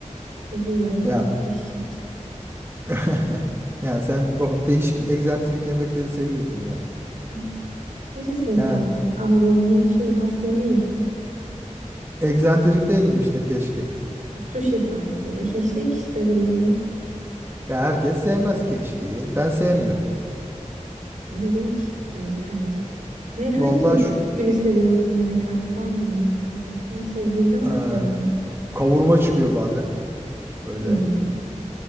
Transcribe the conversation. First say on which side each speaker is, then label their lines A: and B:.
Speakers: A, on the right; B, on the right.
A: Seviyorum çok
B: Ya
A: keşkek.
B: <laughs> yani sen o değişik egzantrik yemekleri seviyorsun ya.
A: <laughs> Neresi egzantrik?
B: Yani
A: Anadolu'nun şey has yemeği.
B: egzantrik değil mi işte keşkek?
A: Sushi sanki. E, keşkek işte bildiğimiz.
B: Ya herkes sevmez keşkeği. Ben sevmiyorum.
A: İlginç bir tercih. Ne hangi
B: Vallahi şu
A: günü seviyorsun yemekhanede? Hangi menüyü seviyorsun? Sevdiğin de vardır
B: e,
A: herhalde.
B: kavurma çıkıyor bazen böyle.
A: Hmm.